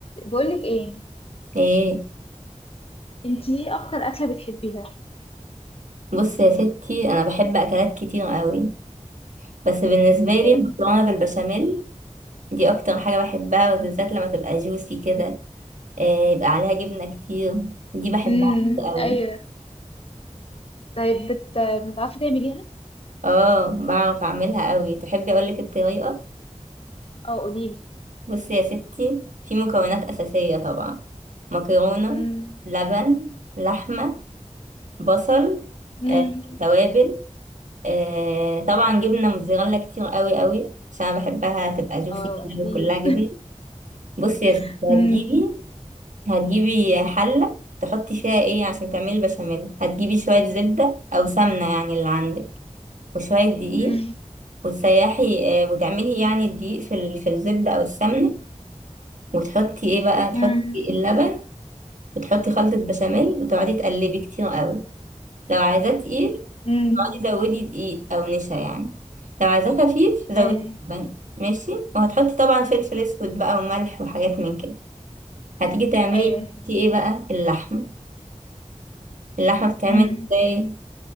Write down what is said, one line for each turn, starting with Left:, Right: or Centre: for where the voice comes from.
Left: بقولك ايه
Right: ايه
Left: انتي ايه اكتر اكله بتحبيها
Right: بص يا ستي انا بحب اكلات كتير قوي بس بالنسبه لي
Left: يعني
Right: المكرونه بالبشاميل دي اكتر حاجه بحبها وبالذات لما تبقى جوسي كده إيه يبقى عليها جبنه كتير دي بحبها
Left: امم
Right: قوي
Left: ايوه طيب بت... بتعرفي تعمليها
Right: اه بعرف اعملها قوي تحبي اقولك الطريقه
Left: او قوليلي
Right: بص يا ستي في مكونات اساسيه طبعا مكرونه
Left: امم
Right: لبن لحمه بصل
Left: امم
Right: آه، توابل آه، طبعا جبنه موتزاريلا كتير قوي قوي عشان انا بحبها تبقى جوسي
Left: اه
Right: كده
Left: قوليلي
Right: وكلها جبنه بصي يا ستي
Left: <laughs>
Right: هتجيبي
Left: امم
Right: هتجيبي حلة تحطي فيها ايه عشان تعملي البشاميل هتجيبي شوية زبدة أو سمنة يعني اللي عندك وشوية دقيق
Left: امم
Right: وتسيحي آه، وتعملي يعني الدقيق في ال- في الزبدة أو السمنة وتحطي ايه بقى تحطي
Left: امم
Right: اللبن وتحطي خلطة بشاميل وتقعدي تقلبي كتير قوي لو عايزاه تقيل
Left: امم
Right: تقعدي زودي دقيق أو نشا يعني لو عايزاه خفيف زودي
Left: <laughs> ايوه
Right: لبن ماشي وهتحطي طبعا فلفل أسود بقى وملح وحاجات من كده هتيجي تعملي
Left: ايوه
Right: انتي ايه بقى اللحمة اللحمة بتتعمل
Left: امم
Right: ازاي